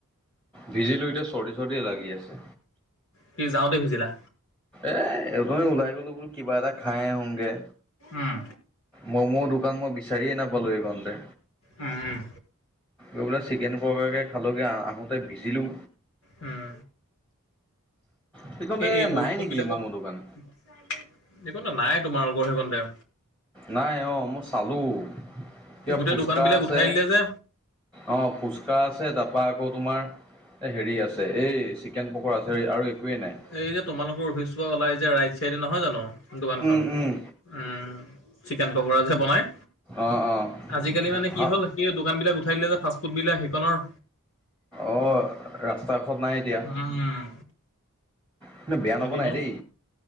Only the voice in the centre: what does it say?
ভিজিলো এতিয়া চৰ্দি চৰ্দি লাগি আছে।
এ এই ওথনি ওলাই গলো বোলো কিবা এটা খাই আহোঁগে।
ম'মৰ দোকান মই বিচাৰিয়ে নাপালো এইকোনতে।
এই বোলে চিকেন পকোৰাকে খালোঁগে আহোঁতে ভিজিলোঁ।
সেইকণতে
নাই নেকি
ম'ম' দোকান
নাই অহ, মই চালো কিবা
ফুচকা
আছে।
অহ, ফুচকা আছে তাৰপা আকৌ তোমাৰ এ হেৰি আছে এই চিকেন পকোৰা আছে আৰু একোৱেই নাই।
উম, উম।
অ', অ',
ভাল
অ', ৰাস্তা কাষত নাই এতিয়া।
কিন্তু বেয়া
নবনাই
দেই।